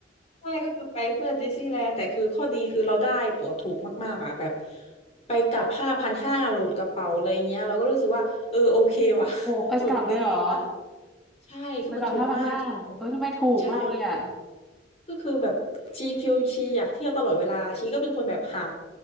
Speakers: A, on the left; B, in the centre.
A: ใช่ก็คือไปเพื่อดิสนีย์แลนด์แต่คือข้อดีคือเราได้ตั๋วถูกมากๆอ่ะแบบไปกลับห้าพันห้าโหลดกระเป๋าอะไรเงี้ยเราก็รู้สึกว่าเออโอเคว่ะ
B: <laughs> โอ้ไปกลับเลยเหรอ
A: <laughs> ถูกดีค่ะใช่คือมันถูกมากจน
B: ไปกลับห้าพันห้าเออทำไมถูกมากเลยอ่ะ
A: ใช่ ก็คือแบบชีฟิลชีอยากเที่ยวตลอดเวลาชีก็เป็นคนแบบหา